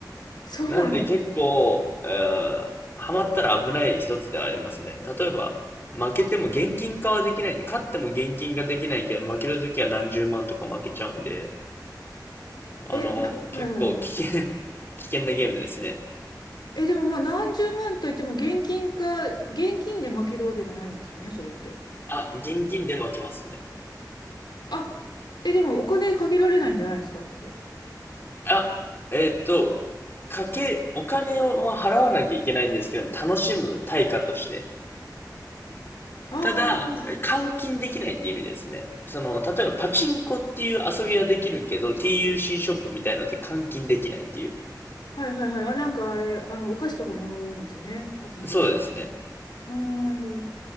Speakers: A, on the left; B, on the left.
A: そうなんだ。
B: なんで結構、えー、ハマったら危ない一つではありますね。例えば、負けても現金化はできないんで、勝っても現金化できないけど、負けるときは何十万とか負けちゃうんで、あの、
A: え、なはいはいはい。
B: 結構危険 <laughs> 危険なゲームですね。
A: え、でもまあ、何十万といっても、現金か、現金で負けるわけじゃないんですよね、それって。
B: あ、現金で負けますね。
A: あ、え、でも、お金かけられないんじゃないですか、だって。
B: あ、えっと、かけ、お金をまあ払わなきゃいけないんですけども、楽しむ対価として。
A: ああ、
B: ただ、え換金できないって意味ですね。その、例えばパチンコっていう遊びはできるけど、TUC シーショップみたいので換金できないっていう。
A: はいはいはい。あ、なんかあれ、あの、お菓子とかもらうんですよね、パチンコで。
B: そうですね。
A: ああ、なるほど。